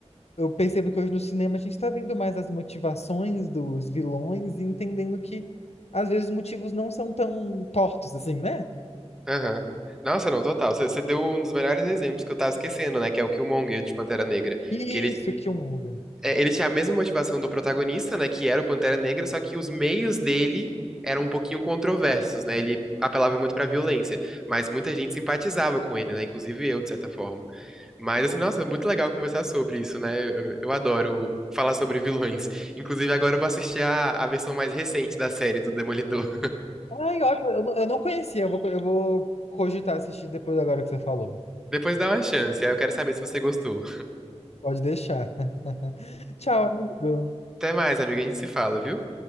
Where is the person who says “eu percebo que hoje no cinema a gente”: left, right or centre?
Left